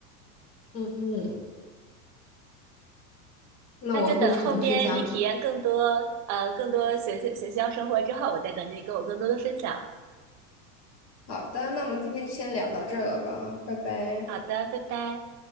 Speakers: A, on the left; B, on the right.
A: 嗯嗯，那我会尝试加入。
B: 那就等后面你体验更多呃更多学校学校生活之后，我再等着你跟我更多的分享。
A: 好的，那我们今天就先聊到这儿了吧，拜拜。
B: 好的，拜拜。